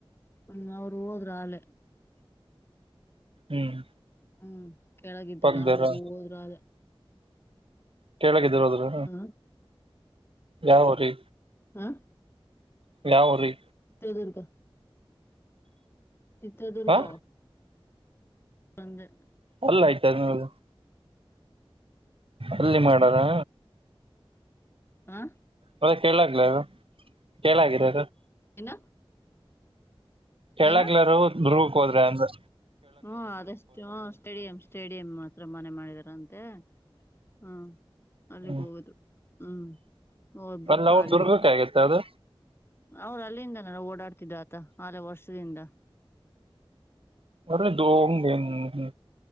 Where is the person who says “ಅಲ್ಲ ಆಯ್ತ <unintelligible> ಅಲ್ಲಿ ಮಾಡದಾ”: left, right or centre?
Right